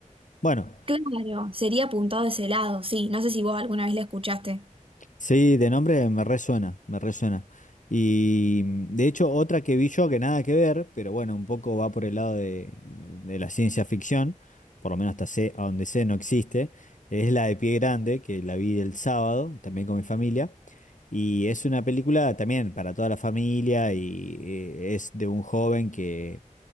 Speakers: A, on the left (about 65°); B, on the right (about 40°).
A: Bueno.
B: Claro, sería apuntado a ese lado, sí, no sé si vos alguna vez la escuchaste.
A: Sí, de nombre me resuena, me resuena. Y mm, de hecho, otra que vi yo que nada que ver, pero bueno, un poco va por el lado de, de la ciencia ficción, por lo menos hasta sé, a donde sé no existe, es la de Pie Grande, que la vi el sábado, también con mi familia. Y es una película también para toda la familia y eh, es de un joven que